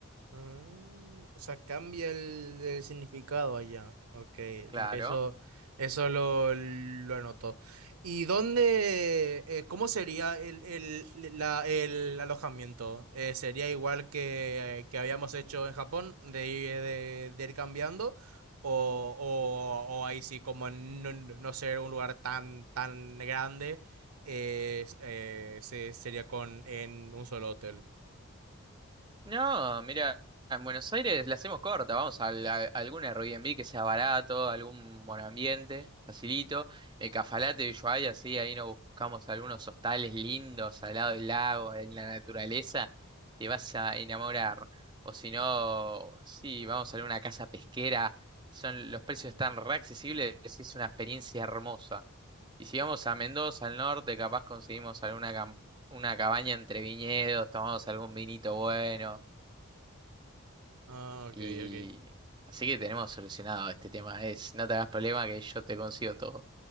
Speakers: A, on the right; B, on the right.
A: Ah, o sea, cambia el, el significado allá. Ok,
B: Claro.
A: eso, eso lo, lo anotó. ¿Y dónde, eh, cómo sería el, el, la- el alojamiento? Eh, ¿sería igual que, que habíamos hecho en Japón, de, ir- de, de ir cambiando? ¿O, o, o ahí sí, como no, no no ser un lugar tan, tan grande, eh, eh, se- sería con, en un solo hotel?
B: No, mira, en Buenos Aires la hacemos corta, vamos a, la- algún Airbnb que sea barato, algún monoambiente, facilito, el Cafalate de Ushuaia, sí, ahí nos buscamos algunos hostales lindos al lado del lago, en la naturaleza, te vas a enamorar. O si no, sí, vamos a alguna casa pesquera, son, los precios están re accesibles, es una experiencia hermosa. Y si vamos a Mendoza, al norte, capaz conseguimos alguna cam- una cabaña entre viñedos, tomamos algún vinito bueno.
A: Ah, ok,
B: Y
A: ok.
B: así que tenemos solucionado este tema. Es, no te hagas problema que yo te consigo todo.